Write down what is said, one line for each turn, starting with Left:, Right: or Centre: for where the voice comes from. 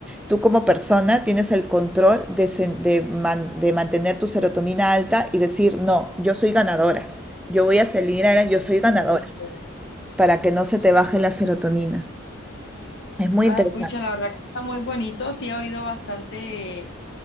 Centre: tú como persona tienes el control de, se- de man- de mantener tu serotonina alta y decir, no, yo soy ganadora, yo voy a salir adelante, yo soy ganadora,
Left: Este,
Centre: para que no se te baje la serotonina. Es muy
Left: Ah,
Centre: interesante.
Left: pucha, la verdad que está muy bonito. Sí, he oído bastante.